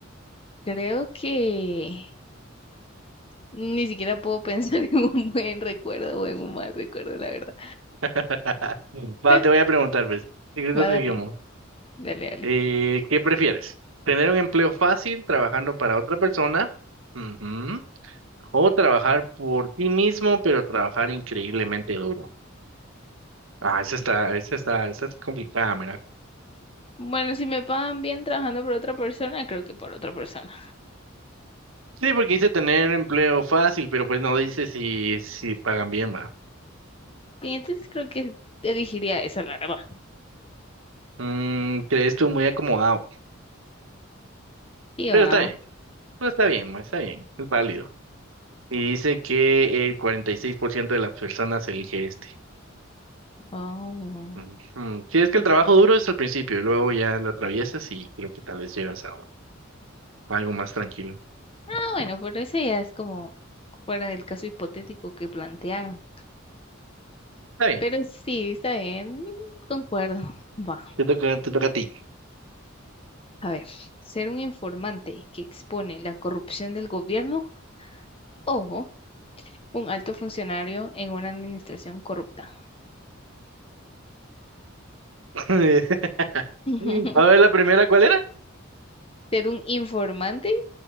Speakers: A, on the left; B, on the right.
A: creo que ni siquiera puedo pensar <laughs> en un buen recuerdo o en un mal recuerdo, la verdad.
B: <laughs> Va,
A: Creo
B: te voy a preguntar, pues. Secreto
A: Va,
B: seguimos.
A: dale, dale, dale.
B: Eh, ¿qué prefieres? ¿Tener un empleo fácil trabajando para otra persona? Ujú. ¿O trabajar por ti mismo, pero trabajar increíblemente duro? Ah, esa está, esa está, esa es complicada,
A: Bueno, si me pagan bien trabajando por otra persona, creo que por otra persona.
B: Sí, porque dice tener empleo fácil, pero pues no dice si, si pagan bien, va.
A: Y entonces creo que elegiría esa, la verdad.
B: Mm, crees tú muy acomodado.
A: Y
B: Pero
A: va,
B: está bien, pues está bien, ma, está bien, es válido. Y dice que el 46% de las personas elige este.
A: oh,
B: Ujú. Sí, es que
A: interesante.
B: el trabajo duro es al principio, y luego ya lo atraviesas y creo que tal vez llegas a algo más tranquilo.
A: Ah, bueno, pero ese ya es como fuera del caso hipotético que plantearon.
B: Está bien,
A: Pero sí, está bien, concuerdo. Va,
B: te toca, te toca a ti.
A: a ver, ser un informante que expone la corrupción del gobierno o un alto funcionario en una administración corrupta.
B: <laughs>
A: <laughs>
B: A ver, la primera, ¿cuál era?
A: Ser un informante